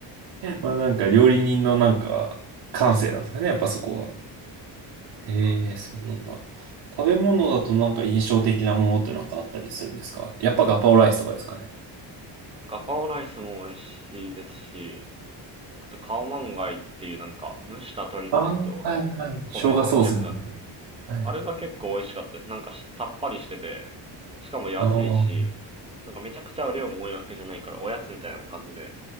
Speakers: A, on the right; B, on the right.
A: まあなんか料理人のなんか、感性なんですかね、やっぱそこは。へえ、
B: とか
A: そうなんだ。食べ物だとなんか印象的なものってなんかあったりするんですかやっぱガパオライスとかですかね。
B: ガパオライスも美味しいですし、あとカオマンガイっていうなんか蒸した鶏肉と
A: ああ、はいはい。
B: 米のやつがあって、
A: 生姜ソースみたいな。はい。
B: あれが結構美味しかったです。なんかさっぱりしてて、しかも安いし、
A: あーあ
B: なんかめちゃくちゃ量も多いわけじゃないからおやつみたいな感じで